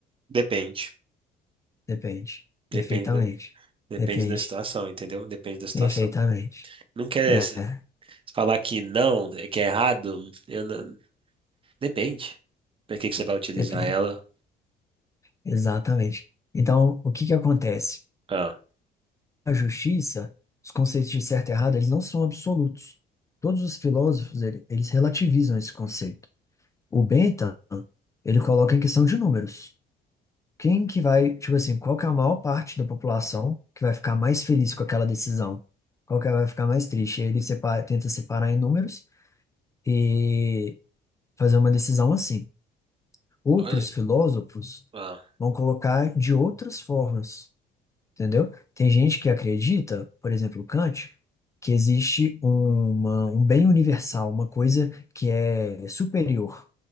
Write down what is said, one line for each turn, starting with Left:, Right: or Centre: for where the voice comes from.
Right: depende.
Left: Depende.
Right: Depende
Left: Perfeitamente.
Right: da, depende
Left: Depende.
Right: da situação, entendeu? Depende da situação.
Left: Perfeitamente.
Right: Não quer
Left: É,
Right: se- falar que não, que é errado. Eu não- depende. Pra que que você vai utilizar
Left: depende.
Right: ela?
Left: Exatamente. Então, o que que acontece?
Right: Ah,
Left: a justiça, os conceitos de certo e errado, eles não são absolutos. Todos os filósofos, ele- eles relativizam esse conceito. O Bentham, ele coloca em questão de números. Quem que vai, tipo assim, qual que é a maior parte da população que vai ficar mais feliz com aquela decisão? Qual que vai ficar mais triste? Ele separa, tenta separar em números e fazer uma decisão assim. Outros
Right: olha.
Left: filósofos
Right: Ah,
Left: vão colocar de outras formas. entendeu? Tem gente que acredita, por exemplo, Kant, que existe uma, um bem universal, uma coisa que é superior,